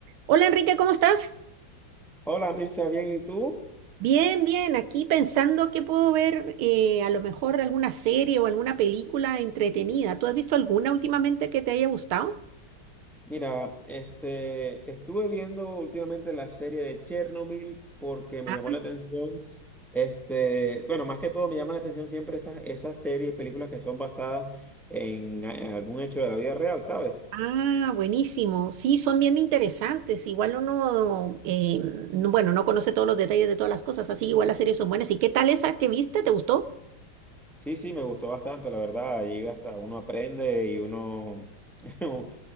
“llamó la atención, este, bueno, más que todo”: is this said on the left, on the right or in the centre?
Centre